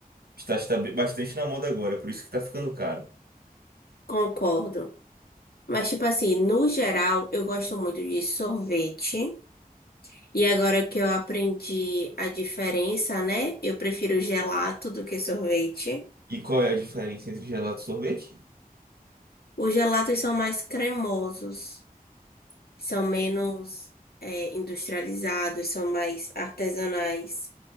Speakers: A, on the right; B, on the left.
A: está, está be- bastante na moda agora, por isso que está ficando caro.
B: Concordo. Mas, tipo assim, no geral, eu gosto muito de sorvete. E agora que eu aprendi a diferença, né? Eu prefiro gelato do que sorvete.
A: E qual é a diferença entre gelato e sorvete?
B: Os gelatos são mais cremosos, são menos, é, industrializados, são mais artesanais.